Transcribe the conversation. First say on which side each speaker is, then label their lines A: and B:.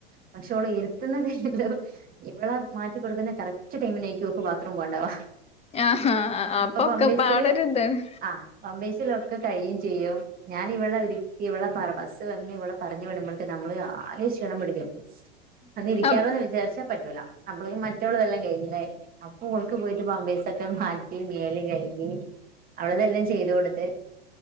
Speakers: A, on the right; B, on the left.
A: പക്ഷെ ഓളെ എരുത്തുന്നുന്നത് <unintelligible> ഇവള മാറ്റിിക്കൊടുക്കുന്ന കറക്റ്റ് ടൈമിനേക്കും ഒക്ക് ബാത്റൂം പോകണ്ടാവാ
B: ആഹ് ആഹ്
A: അപ്പൊ
B: അപ്പൊക്കെ
A: പമ്പീസിില്
B: പാടൊരിതാണ്
A: ആ പമ്പസില കഴിയും ചെയ്യും ഞാൻ ഇവളെ ഒരുക്കി ഇവ ബസ്സ്വെന്ന് ഇവിടെ പറഞ് വിടുമ്പോഴേെക് നമ്മളകെ ക്ഷീണം പിടിക്കും അന്നിരിക്കാമെന്ന്
B: അപ്
A: വിചാരിച്ചാ പറ്റൂല അപ്പേഴേക് മറ്റവളതെല്ലാം കഴിഞ്ഞില്ലേ അപ്പൊ ഓൾക് പോയിട്ട് പമ്പേസ- ഒക്കെ മാറ്റി മേല് കഴുകി അവളതെല്ലാം ചെയ്തു കൊടുത്ത്